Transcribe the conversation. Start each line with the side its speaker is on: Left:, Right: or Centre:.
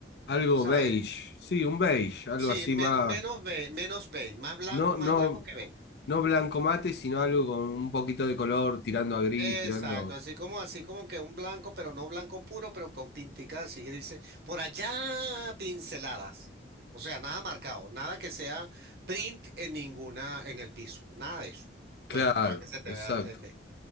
Left: Algo
Right: ¿sabes?
Left: beige, sí, un beige, algo
Right: Sí,
Left: así
Right: men-
Left: más.
Right: menos be- menos beige, más blanco,
Left: No, no,
Right: más blanco que beige.
Left: no blanco mate, sino algo con un poquito de color, tirando a gris,
Right: Exacto,
Left: tirando.
Right: así como, así como que un blanco, pero no blanco puro, pero con pinticas así grises, por allá pinceladas. O sea, nada marcado, nada que sea print en ninguna, en el piso, nada de eso.
Left: Claro,
Right: Bueno, para que se te
Left: exacto.
Right: vea eh, bien.